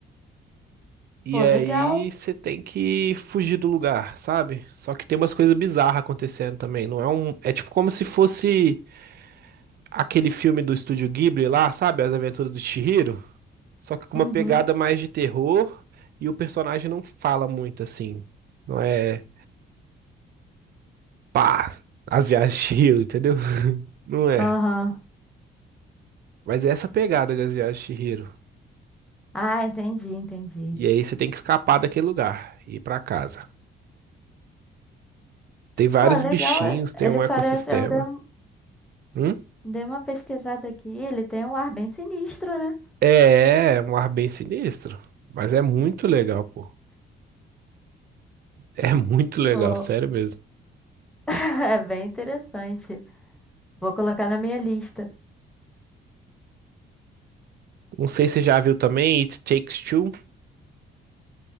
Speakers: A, on the right; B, in the centre.
A: E
B: pô,
A: aí
B: legal.
A: você tem que fugir do lugar, sabe? Só que tem umas coisas bizarras acontecendo também. Não é um. É tipo como se fosse aquele filme do Estúdio Ghibli lá, sabe? As Aventuras do Chihiro. Só que com
B: Uhum.
A: uma pegada mais de terror e o personagem não fala muito assim. Não é. Pá! As viagens de Chihiro, entendeu? <laughs> Não é.
B: Aham.
A: Mas é essa pegada das viagens de Chihiro.
B: Ah, entendi, entendi.
A: E aí você tem que escapar daquele lugar e ir pra casa. Tem vários
B: Pô, legal.
A: bichinhos,
B: é-
A: tem
B: Ele
A: um
B: parece.
A: ecossistema.
B: Eu dei, um-
A: Hum?
B: dei uma pesquisada aqui. Ele tem um ar bem sinistro, né?
A: É, é um ar bem sinistro, mas é muito legal, pô. É <laughs> muito legal,
B: Pô,
A: sério mesmo.
B: <laughs> é bem interessante. Vou colocar na minha lista.
A: Não sei se você já viu também It Takes Two.